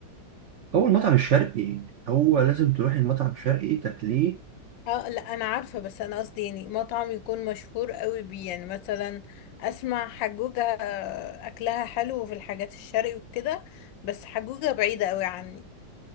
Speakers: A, on the right; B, on the left.
A: هو المطعم الشرقي هو لازم تروح المطعم الشرقي تاكليه
B: اه لا انا عارفة بس انا قصدي يعني مطعم يكون مشهور قوي بيه يعني مثلا اسمع حجوجة آه، اكلها حلو في الحاجات الشرقي وكده بس حجوجة بعيدة قوي عني